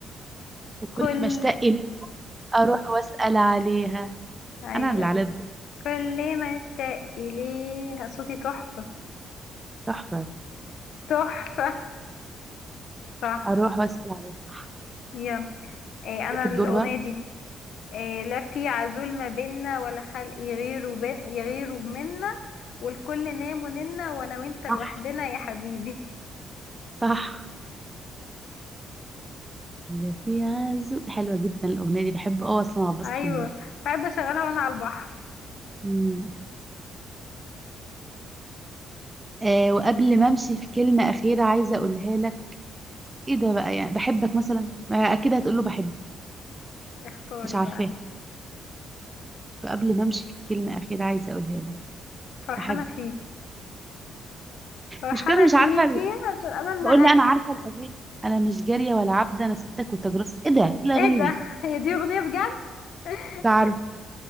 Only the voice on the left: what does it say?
كل
ايوه
كل ما اشتاق اليه صوتي تحفة
تحفة صح
يلا إيه
انا الاغنية
دي إيه لا في عزول ما بينا ولا خلق يغيروا بين يغيروا منا والكل نام وننا وانا وانت لوحدنا
يا حبيبي <laughs>
ايوه
بحب اشغلها وانا على البحر
اختاري
بقى انت
فرحانة
فيك فرحانة
فيكي
عشان أنا اللي
هكسب
إيه ده
هي دي أغنية بجد <laughs>